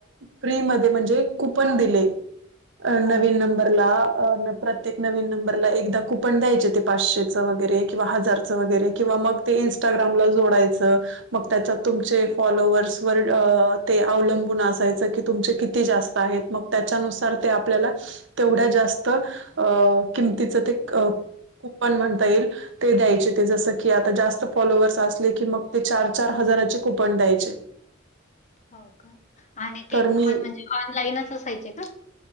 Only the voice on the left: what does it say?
हो
हम्म.
हो का आणि ते
कूपन
म्हणजे ऑनलाईनच असायचे का?